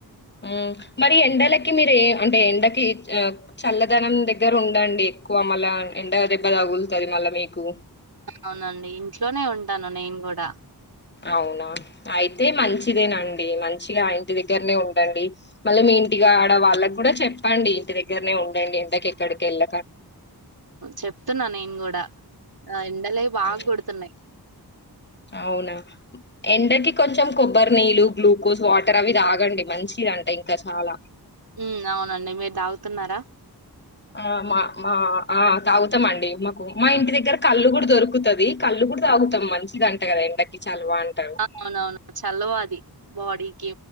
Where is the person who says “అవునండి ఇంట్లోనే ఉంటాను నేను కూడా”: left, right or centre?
Right